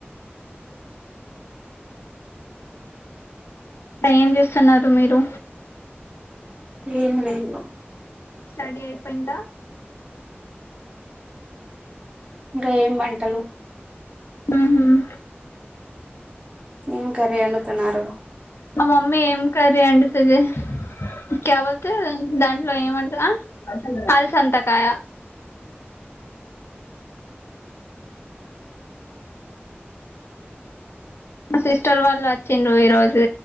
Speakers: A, on the left; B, on the right.
A: ఏం చేస్సన్నారు మీరు
B: ఏంమి లేదు.
A: స్టడీ అయిపెయిందా
B: ఇంకా ఏం వంటలు
A: మ్మ్.
B: ఏం కర్రీ అండుతున్నారు.
A: మా మమ్మీ ఏం కర్రీ వండుతది. క్యావత్తు, దాం లొ ఏవంట, అల్ సంతకాయ మా సిస్టర్ వాళ్ళు వచ్చిండ్రు ఈ రోజు